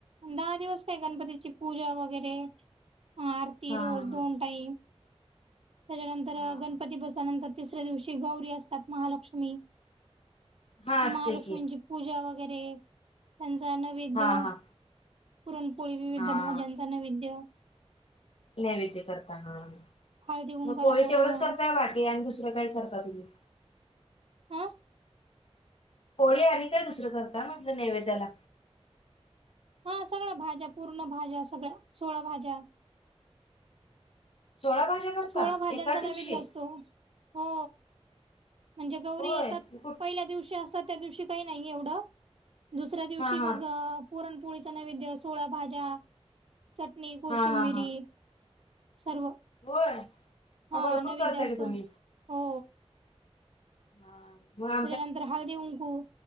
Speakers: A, on the right; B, on the left.
A: दहा दिवस काय गणपतीची पूजा वगैरे अ आरती
B: हा
A: रोज
B: हा
A: दोन टाईम त्याच्यानंतर
B: हा हा
A: गणपती बसल्यानंतर तिसऱ्या दिवशी गौरी असतात महालक्ष्मी
B: हा
A: महालक्ष्मींची
B: असते की
A: पूजा वगैरे त्यांचा नैवेद्य
B: हा हा
A: पुरणपोळी, विविध
B: हा
A: भाज्यांचा नैवेद्य
B: नैवेद्य करताना, हा
A: हळदी कुंकाला
B: मग पोळी
A: बोलवणं
B: तेवढंच करताय बाकी आणि दुसरं काय करता तुम्ही?
A: हा
B: पोळी आणि काय दुसरं करता म्हटलं नैवेद्याला?
A: हा सगळ भाज्या, पूर्ण भाज्या सगळ्या, सोळा भाज्या.
B: सोळा भाज्या करता
A: सोळा भाज्यांचा
B: एका दिवशी
A: नैवेद्य असतो हो. म्हणजे गौरी
B: होय
A: येतात,
B: कुठ
A: पहिल्या दिवशी असतात त्या दिवशी काही नाही एवढं. दुसऱ्या दिवशी
B: हा हा
A: मग अ पुरणपोळीचा नैवेद्य, सोळा भाज्या. चटणी, कोशिंबिरी,
B: हा हा हा
A: सर्व.
B: होय? मग
A: हा
B: भरपूर
A: नवैद्य
B: करता
A: असतो,
B: की तुम्ही
A: हो.
B: हां. म
A: त्याच्यानंतर हळदी कुंकू,,